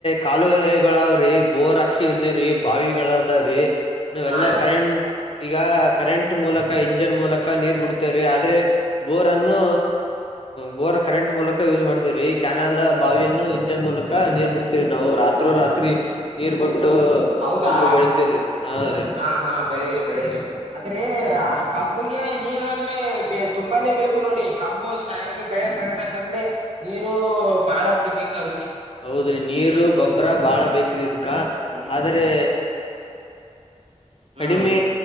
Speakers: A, on the left (about 50°); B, on the right (about 60°).
A: ಕಾಲುವೆಗಳವ್ರಿ ಬೋರಾಕ್ಸಿದಿವ್ರಿ ಬಾವಿಗಳದಾವ್ರಿ. ನೀ ಎಲ್ಲಾ
B: ಹಾ ರೀ
A: ಕರೆಂಟ್ ಈಗ ಕರೆಂಟ್ ಮೂಲಕ ಇಂಜನ್ ಮೂಲಕ ನೀರ್ ಬಿಡ್ತೇವ್ರಿ ಆದ್ರೆ. ಬೋರ್ ಅನ್ನು ಬೋರ್ ಕರೆಂಟ್ ಮೂಲಕ ಯೂಸ್ ಮಾಡ್ತೇವ್ರಿ ಕ್ಯಾನಲ್ ಬಾವಿಯನ್ನು ಇಂಜನ್ ಮೂಲಕ ನೀರ್ ಬಿಡ್ತೇವಿ ನಾವು ರಾತ್ರೋ ರಾತ್ರಿ ನೀರ್ ಬಿಟ್ಟು
B: ಹೌದಾ
A: ಕಬ್ಬು ಬೆಳಿತ್ತೀವ್ರಿ ಹೌದ್ರೀ.
B: ಹಾ ಹಾ ಬೆಳೆಯರಿ ಬೆಳೆಯರಿ ಆದ್ರೆ ಕಬ್ಬಗೆ ನೀರು ಅಂದ್ರೆ ತುಂಬಾನೇ ಬೇಕು ನೋಡಿ ಕಬ್ಬು ಸರಿಯಾಗಿ ಬೆಳೆ ಬರ್ಬೇಕಂದ್ರೆ ನೀರು ಬಾಳ ಬಿಡ್ಬೇಕು ಅದಕ್ಕೆ.
A: ಹೌದ್ರಿ ನೀರು ಗೊಬ್ಬರ
B: ಹ್ಮ್
A: ಬಾಳ ಬೇಕ್ರಿ ಇದಕ್ಕ
B: ಹ್ಮ್
A: ಆದ್ರೆ
B: ಹ್ಮ್
A: ಕಡಿಮೆ